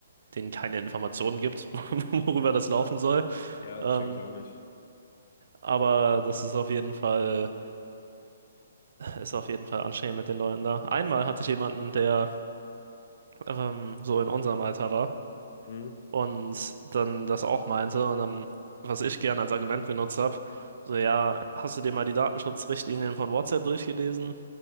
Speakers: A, on the right; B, on the left.
A: denen keine Informationen gibt, <laughs> worüber das laufen soll.
B: ja,
A: Ähm,
B: das check ich auch nicht.
A: aber das ist auf jeden Fall, ist auf jeden Fall anstrengend mit den Leuten da. Einmal hatte ich jemanden, der ähm, so in unserem Alter war
B: Hm.
A: und dann das auch meinte und dann, was ich gerne als Argument benutzt habe, so ja, hast du dir mal die Datenschutzrichtlinien von WhatsApp durchgelesen?